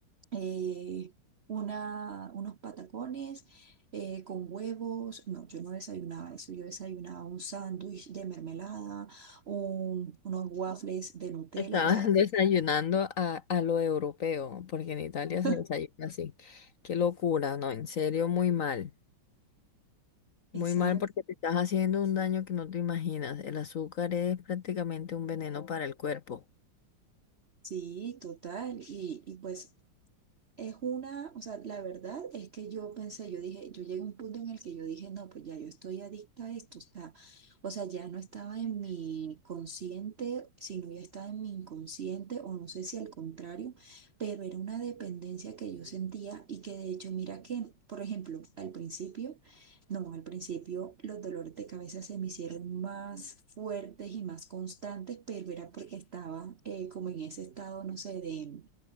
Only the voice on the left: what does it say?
estabas
<laughs> desayunando a, a lo europeo, porque en Italia
se desayuna así. Qué locura, no, en serio, muy mal.
Muy mal porque te estás haciendo un daño que no te imaginas. El azúcar es prácticamente un veneno para el cuerpo.